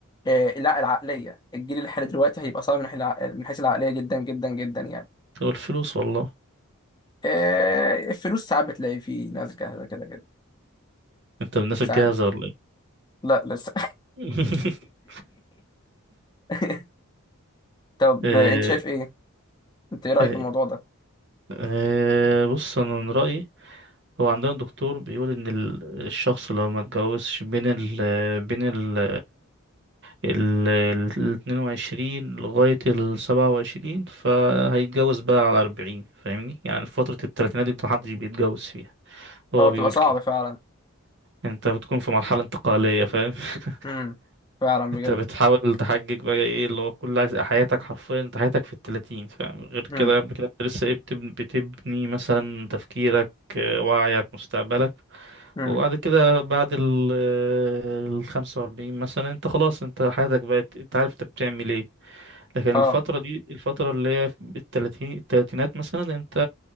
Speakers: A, on the left; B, on the right.
A: آه لا العقلية الجيل اللي حالي دلوقتي هيبقى صعب من حيث الع- من حيث العقلية جدا جدا جدا يعني
B: تقول الفلوس والله
A: آه الفلوس ساعات بتلاقي فيه ناس جاهزة كده كده
B: انت من الناس
A: ساعات
B: الجاهزة ولا ايه
A: لا لسه
B: <laughs>
A: <laughs> طب
B: إيه-
A: آه، انت شايف ايه انت ايه رأيك
B: إيه-
A: في الموضوع ده
B: إيه، بص انا من رأيي هو عندنا دكتور بيقول ان ال- الشخص لو ما اتجوزش بين ال بين ال ال ال- 22 لغاية ال 27 فهيتجوز بقى على 40 فاهمني يعني في فترة التلاتينات دي انت محدش بيتجوز فيها هو
A: اه بتبقى
B: بيقول
A: صعب
B: كده
A: فعلا
B: انت بتكون في مرحلة انتقالية فاهم <laughs>
A: امم فعلا بجد
B: انت بتحاول تحجج بقى ايه اللي هو كل عايز- حياتك حرفيا انت حياتك في التلاتين فاهم غير
A: امم
B: كده قبل كده انت لسه ايه بتبني, بتبني مثلا تفكيرك آه، وعيك مستقبلك
A: امم
B: وبعد كده بعد ال آه، الخمسة وأربعين مثلا انت خلاص انت حياتك بقت انت عارف انت بتعمل ايه لكن
A: اه
B: الفترة دي الفترة اللي هي في التلاتين التلاتينات مثلا انت